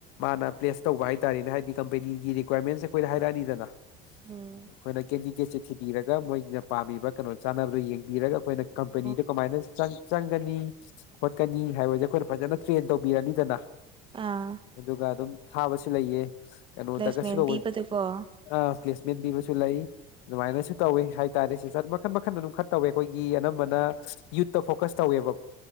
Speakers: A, on the left; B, on the right.
A: ꯃꯥꯅ ꯄ꯭ꯂꯦꯁ ꯇꯧꯕ ꯍꯥꯏꯇꯥꯔꯦ ꯀ ꯍꯥꯏꯗꯤ ꯀꯝꯄꯅꯤꯒꯤ ꯔꯤꯀ꯭ꯋꯥꯏꯔꯃꯦꯟꯁꯦ ꯈꯣꯏꯗ ꯍꯥꯏꯔꯛ ꯑꯅꯤꯗꯅ ꯑꯩꯈꯣꯏꯅ
B: ꯎꯝ
A: ꯀꯦꯟꯗꯤꯒꯦꯠꯁꯦ ꯊꯤꯕꯤꯔꯒ ꯃꯣꯏꯁꯤꯅ ꯄꯥꯝꯃꯤꯕ ꯀꯩꯅꯣ ꯆꯥꯅꯕꯗꯨ ꯌꯦꯡꯕꯤꯔꯒ ꯑꯩꯈꯣꯏꯅ
B: ꯑꯣ
A: ꯀꯝꯄꯅꯤꯗ ꯀꯃꯥꯏꯅ ꯆꯪꯒꯅꯤ ꯈꯣꯠꯀꯅꯤ ꯍꯥꯏꯕꯁꯦ ꯑꯩꯈꯣꯏꯅ ꯐꯖꯅ ꯇ꯭ꯔꯦꯟ ꯇꯧꯕꯤꯔꯅꯤꯗꯅ
B: ꯑꯥ
A: ꯑꯗꯨꯒ ꯑꯗꯨꯝ ꯊꯥꯕꯁꯨ ꯂꯩꯌꯦ ꯀꯩꯅꯣꯗ
B: ꯄ꯭ꯂꯦꯁꯃꯦꯟ
A: ꯀꯁꯨ ꯇꯧꯕ
B: ꯄꯤꯕꯗꯨꯀꯣ
A: ꯑ ꯄ꯭ꯂꯦꯁꯃꯦꯟ ꯄꯤꯕꯁꯨ ꯂꯩ ꯑꯗꯨꯃꯥꯏꯅꯁꯨ ꯇꯧꯋꯤ ꯍꯥꯏꯇꯥꯔꯦ ꯁꯤꯁꯇꯔ ꯃꯈꯟ ꯃꯈꯜ ꯑꯗꯨꯝ ꯈꯔ ꯇꯧꯋꯦ ꯈꯣꯏꯒꯤ ꯑꯅꯝꯕꯅ ꯌꯨꯠꯇ ꯐꯣꯀꯁ ꯇꯧꯋꯦꯕ